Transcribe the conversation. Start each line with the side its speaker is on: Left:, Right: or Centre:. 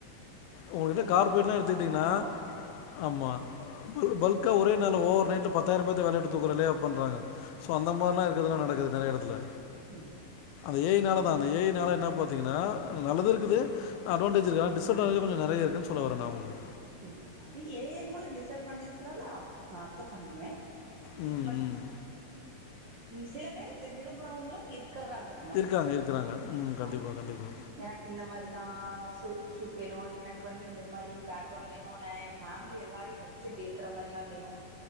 Left: உங்ககிட்ட
Right: கொஞ்சோ
Left: கார்பரேட்ல்லா எடுத்துக்கிட்டீங்கன்னா
Right: ப்ராப்ளம் பண்ணாலு
Left: ஆமா பல்க்கா ஒரே நாள்ல ஓவர் நைட்ல பத்தாயிர பேத்த வேல விட்டு தூக்கற லேஆப் பண்றாங்க அந்தமாரிலா இருக்குல்ல நடக்குது நெறைய எடத்துல
Right: ம்
Left: ஏ ஐ நாலதா அந்த ஏ ஐ நால என்ன பாத்தீங்கன்னா நல்லது இருக்குது அட்வாண்டேஜ் இருக்கு டிஸ்அட்வாண்டேஜ் கொஞ்ச நெறைய இருக்குன்னு சொல்ல வரே நா உங்களுக்கு
Right: ம் அது ஏ ஐ மூல டிஸ்அட்வாண்டேஜ்கிறத அப் நா அக்செப்ட் பண்ணிக்குவே
Left: ம்
Right: பட்
Left: ம்
Right: சில பேர் இத விரும்புறவங்களும் இருக் க்குறாங்க இன்னமு
Left: இருக்காங்க இருக்குறாங்க ம் கண்டிப்பா
Right: ஆ
Left: கண்டிப்பா
Right: எனக்கு இந்த மாரிதா ஷூ ஷூட் வேணு எனக்கு வந்து இந்த மாரி பேக்கிரவுண்ட் வேணு நா என் ஃபேமிலி எல்லாரையு வச்சு இப்படி இருக்கிற மாரில்லா வேணு